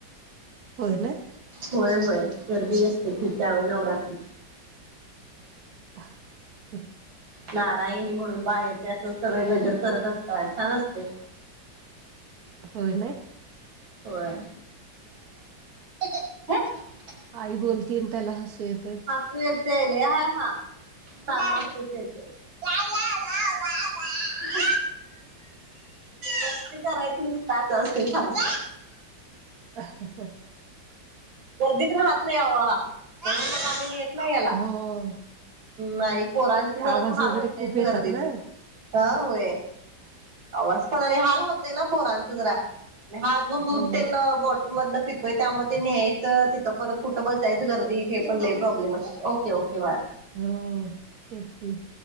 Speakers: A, on the right (about 55°); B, on the right (about 90°).
A: होय ना?
B: होय होय गर्दी असते खूप त्यावेळी नवरात्री
A: <inaudible>
B: नारायणी म्हणून बाहेर ते असं सगळे गजर करत असतात छान असते.
A: हो नाय?
B: होय <inaudible>
A: आई बोलतीय अन् त्याला हसू येत.
B: तू येत येल हा चालू असत तेज. <inaudible> म मस्ती करायची नुसत असं असतय चालू.
A: ह ह ह
B: गर्दीत राहत नाही आवा हा म्ह आमेत नाही याला
A: हो.
B: नाही पोरांच
A: ते
B: जरा
A: आवाज
B: अस हाल
A: वगैरे
B: होतयच
A: खूप येतात
B: गर्दीत
A: ना
B: ह होय. आवाज पण आणि हाल होतय ना पोरांच जरा आणि हा अजून दूध
A: हो
B: त्यांना ब मधन फितोय त्यामुळे ते न्यायचं तिथं परत कुठं बसायचं गर्दी हे पण लई प्रॉब्लेम असत ओके ओके बा
A: हो तेच की